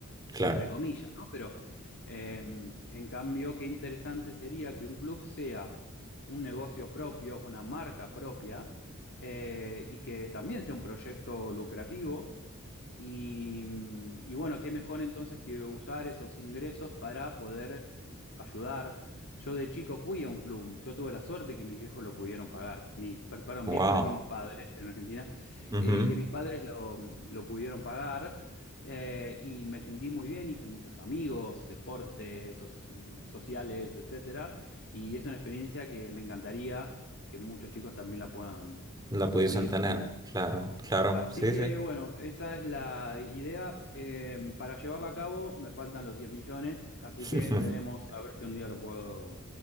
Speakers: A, on the right; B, on the left.
A: Claro.
B: entre comillas, ¿no? Pero eh, en cambio, qué interesante sería que un club sea un negocio propio, una marca propia, eh, y que también sea un proyecto lucrativo y, mm, y bueno, qué mejor entonces que usar esos ingresos para poder ayudar. Yo de chico fui a un club, yo tuve la suerte que mis viejos lo pudieron pagar. Mis, per- perdón,
A: Wow.
B: viejos le decimos padres en Argentina,
A: ujú,
B: eh, que mis padres lo, lo pudieron pagar eh, y me sentí muy bien, hice muchos amigos, deportes, soc- sociales, etcétera. Y es una experiencia que me encantaría que muchos chicos también la puedan
A: La
B: cumplir.
A: pudiesen tener. Claro, claro.
B: Así
A: Sí,
B: que
A: sí.
B: bueno, esa es la idea. Eh, para llevarla a cabo me faltan los 10 millones, así
A: <laughs>
B: que veremos a ver si un día lo puedo,